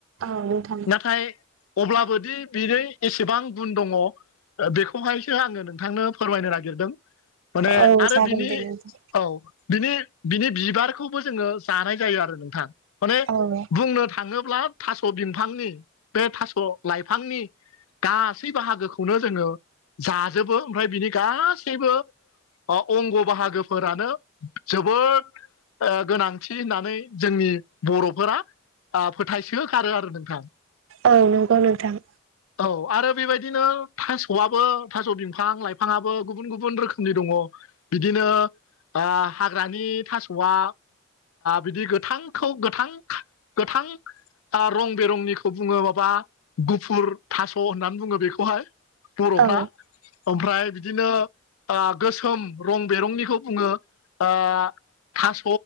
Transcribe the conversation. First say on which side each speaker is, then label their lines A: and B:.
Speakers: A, on the right; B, on the left.
A: औ नोंथां
B: नाथाय। अब्लाबोदि बिनो एसेबां गुन दङ बेखौहायसो आङो नोंथांनो फोरमायनो नागिरदों माने
A: औ
B: आरो
A: जागोन
B: बिनि
A: दे नोंथां
B: औ बिनि बिनि बिबारखौबो जोङो जानाय जायो आरो नोंथां। माने
A: औ
B: बुंनो थाङोब्ला थास' बिफांनि बे थास' लाइफांनि गासै बाहागोखौनो जोङो जाजोबो ओमफ्राय बिनि गासैबो अंग बाहागोफोरानो जोबोद ओ गोनांथि होननानै जोंनि बर'फोरा ओ फोथायसो गारो आरो नोंथां।
A: औ नंगौ नोंथां।
B: औ आरो बेबायदिनो थास'आबो थास' बिफां लाइफाङाबो गुबुन गुबुन रोखोमनि दङ। बिदिनो ओ हाग्रानि थास'आ बिदि गोथां खौ गोथां गोथां रं बेरंनिखौ बुङो माबा गुफुर थास' होननानै बुङो बेखौहाय। बर'फ्रा
A: औ
B: ओमफ्राय बिदिनो ओ गो सोम रं बेरंनिखौ बुङो ओ थास'